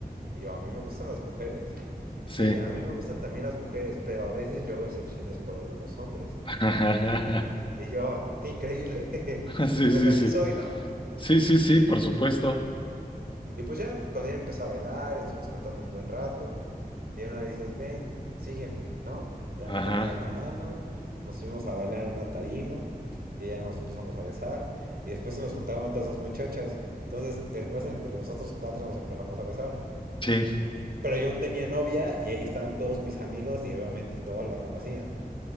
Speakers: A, on the right; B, on the left.
A: Y yo, a mí me gustan las mujeres.
B: sí.
A: Y ella, a mí me gustan también las mujeres, pero a veces yo hago excepciones por algunos hombres.
B: <laughs>
A: Y yo, increíble, <laughs>
B: Sí,
A: pues
B: sí,
A: de aquí
B: sí.
A: soy, ¿no?
B: Sí, sí, sí, por supuesto.
A: Y pues ya con ella empecé a bailar, estuvimos cantando un buen rato. Y una dices, ven, sígueme, ¿no? Ya
B: Ajá,
A: me toma de la mano, nos fuimos a bailar en una tarima y ya nos empezamos a besar. Y después se nos juntaron otras dos muchachas. Entonces, después entre nosotros cuatro nos empezamos a besar.
B: sí,
A: Pero yo aún tenía novia y ahí estaban todos mis amigos y obviamente todos lo conocían.